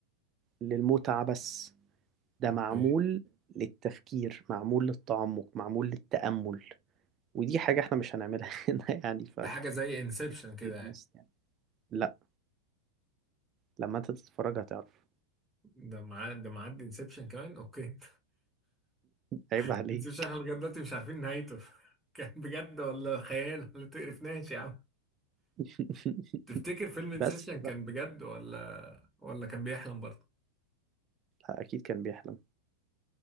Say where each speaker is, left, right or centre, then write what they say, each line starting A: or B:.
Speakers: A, on the right (about 30°); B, in the centre.
A: للمتعة بس ده
B: اوكي
A: معمول للتفكير معمول للتعمق معمول للتأمل ودي حاجة احنا مش هنعملها <laughs> هنا يعني ف
B: ده
A: let's
B: حاجه زي انسبشن كده
A: be
B: يعني
A: honest يعني لا لما انت تتفرج هتعرف
B: ده مع ده معدي انسبشن كمان اوكي
A: عيب
B: <laughs>
A: عليه
B: انسبشن احنا لغايه دلوقتي مش عارفين نهايته <laughs> كان بجد ولا خيال ولا تقرفناش يا عم
A: <laughs>
B: تفتكر فيلم انسبشن
A: بس بقى
B: كان بجد ولا ولا كان بيحلم برضه
A: لا اكيد كان بيحلم